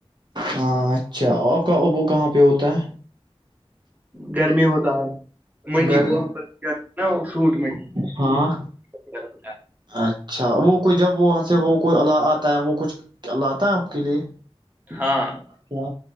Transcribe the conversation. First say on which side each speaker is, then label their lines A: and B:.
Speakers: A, on the right; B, on the right.
A: ہاں اچھا آپ کا اوبو کہاں پہ ہوتا ہے
B: گرمی ہوتا ہے منڈی
A: گھر
B: ہوا پر کیا نا وہ فروٹ منڈی
A: ہاں
B: وغیرہ ہوتا
A: اچھا وہ کوئی جب وہاں سے وہ کوئی آتا ہے وہ کچھ کیا ل آتا ہے آپ کے لیے
B: ہاں
A: کیا